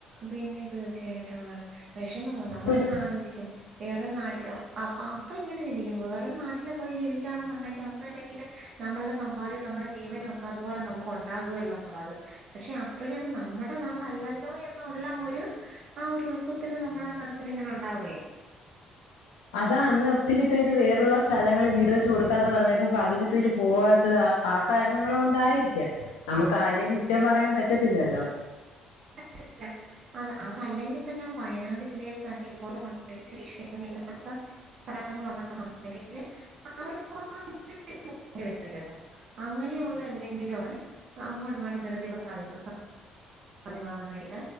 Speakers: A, on the right; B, on the left.
A: പിന്നെ തീർച്ചയായിട്ടും ആണ് വിഷമമോ നമ്മളിങ്ങനെ
B: ഇപ്പൊരു
A: ആലോചിക്കും. വേറൊരു നാട്ടിൽ അ അപ്പൊ ഇങ്ങനെ ചിന്തിക്കും വേറൊരു നാട്ടില് പോയി ജീവിക്കുകണൊന്നുണ്ടെങ്കിൽ ഒന്നും ഇല്ലെങ്കില്. നമ്മളുടെ സമ്പാദ്യവും നമ്മുടെ ജീവനും ഒക്കെ അതുപോലെ നമുക്ക് ഉണ്ടാകുമല്ലോ എന്നുള്ളത്. പക്ഷെ അപ്പോഴും അത് നമ്മുടെ നാട് അല്ലല്ലോ എന്നു ള്ള ഒരു ആഹ് ഒരു ഉൾക്കുത്തല് നമ്മളെ മനസ്സിൽ ഇങ്ങനെ ഉണ്ടാകുവേ.
B: അതാ അന്ന് ഒത്തിരി പേര് വെറു ഉള്ള സ്ഥലങ്ങളിൽ വീട് വെച്ച് കൊടുക്കാന്ന് പറഞ്ഞപ്പോ പകുതിപ്പേര് പോകാത്തതാ. ആഹ് കാരണങ്ങൾ കൊണ്ടായിരിക്കാം നമുക്ക് ആരെയും കുറ്റം പറയാൻ പറ്റത്തില്ലല്ലോ.
A: പറ്റത്തില്ല. അത അതല്ലെങ്കിൽ തന്നെ വയനാട് ജില്ലയിൽ തന്നെ ഇത്പോലെ മണ്ണിടിച്ചിൽ വിഷയമൊന്നു ഇല്ലാത്ത സ്ഥലങ്ങളാണെന്നുണ്ടെങ്കില് അവർക്ക്. <unintelligible> അങ്ങനെയുള്ള എന്തെങ്കിലുമൊക്കെ അങ്ങോട്ട കാണ ദിവസ സദ്യ വാങ്ങുന്ന വരിക